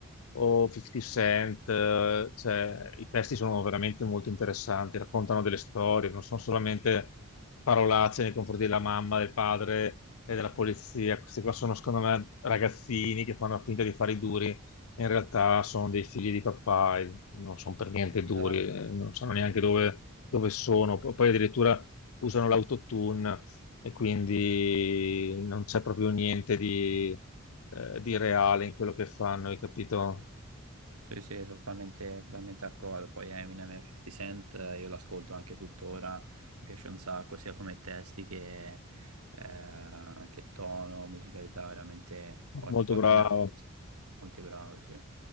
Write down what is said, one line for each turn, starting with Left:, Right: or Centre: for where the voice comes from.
Left: o 50 Cent, eh, cioè, i testi sono veramente molto interessanti, raccontano delle storie, non sono solamente parolacce nei confronti della mamma, del padre e della polizia. Questi qua sono, secondo me, ragazzini che fanno finta di fare i duri, e in realtà sono dei figli di papà e non sono per niente duri,
Right: Esatto.
Left: eh, non sanno neanche dove, dove sono. P- Poi addirittura usano l'autotune e quindi non c'è proprio niente di, eh, di reale in quello che fanno, hai capito?
Right: Sì, sì, totalmente, totalmente d'accordo. Poi Eminem e 50 Cent, eh, io l'ascolto anche tuttora, mi piace un sacco, sia come testi che, eh, che tono, musicalità, veramente ot-
Left: Molto
Right: ottimi
Left: bravo.
Right: artisti, molto bravi, sì.